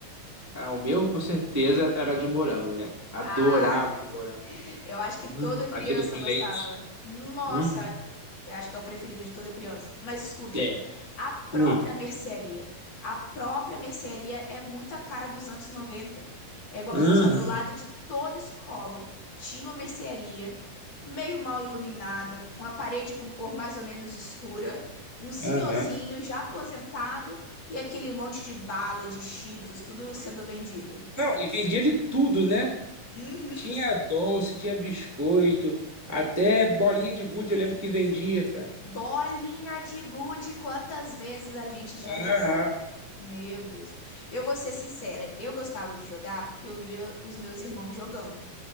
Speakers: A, in the centre; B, on the left.
A: Ah, o meu, com certeza, era de morango, né? Adorava
B: Ah,
A: de morango.
B: eu acho que toda
A: Hum,
B: criança
A: batido com
B: gostava.
A: leite.
B: Nossa,
A: Uhum.
B: eu acho que é o preferido de toda criança. Mas escuta,
A: É.
B: a própria
A: Hum.
B: mercearia. A própria mercearia é muito a cara dos anos 90. É igual
A: Uhum.
B: se fosse, ó, do lado de toda escola tinha uma mercearia meio mal iluminada, com a parede com cor mais ou menos escura, um senhorzinho
A: Aham.
B: já aposentado e aquele monte de bala, de Cheetos, tudo sendo vendido.
A: Não, e vendia de tudo, né?
B: Uhum.
A: Tinha doce, tinha biscoito, até bolinha de gude, eu lembro que vendia, cara.
B: Bolinha de gude, quantas vezes a gente já
A: Aham.
B: jogou? Meu Deus. Eu vou ser sincera, eu gostava de jogar porque eu via os meus irmãos jogando,